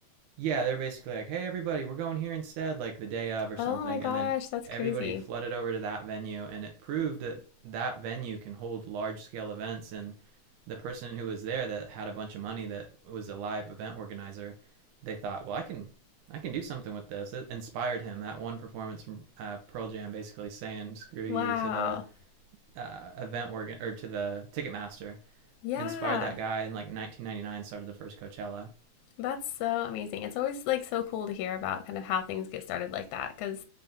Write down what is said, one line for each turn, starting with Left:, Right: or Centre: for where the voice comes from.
Right: Yeah, they're basically like, "Hey, everybody, we're going here instead," like the day of or something,
Left: Oh my gosh,
Right: and then
Left: that's
Right: everybody
Left: crazy.
Right: flooded over to that venue, and it proved that that venue can hold large-scale events. And the person who was there that had a bunch of money, that was a live event organizer, they thought, "Well, I can, I can do something with this." It inspired him. That one performance from uh, Pearl Jam, basically saying "screw you"
Left: Wow.
Right: to the uh, event organ or to the Ticketmaster,
Left: Yeah.
Right: inspired that guy in like 1999. Started the first Coachella
Left: That's so amazing. It's always like so cool to hear about kind of how things get started like that because